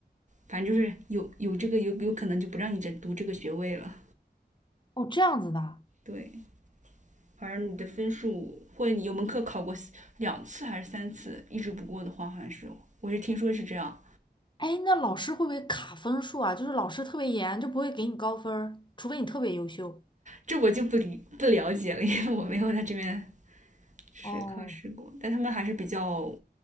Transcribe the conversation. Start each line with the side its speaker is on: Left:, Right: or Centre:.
Right: 反正就是有有这个有有可能就不让你再读这个学位了。
Left: 哦，这样子的。
Right: 对，反正你的分数或者你有门课考过两次还是三次，一直不过的话，好像是我是听说是这样，
Left: 哎，那老师会不会卡分数啊？就是老师特别严，就不会给你高分儿除非你特别优秀。
Right: 这我就不理不了解了，因为我没有在这边试是考试过，
Left: 哦，
Right: 但他们还是比较